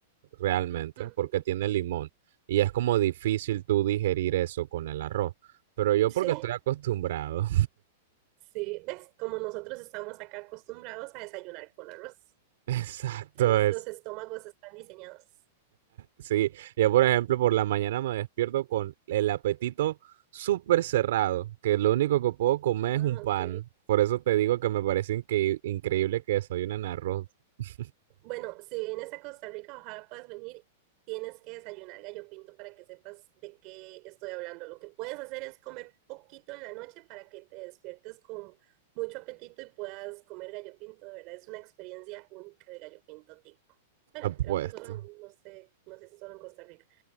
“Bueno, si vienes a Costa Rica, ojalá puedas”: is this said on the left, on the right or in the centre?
Right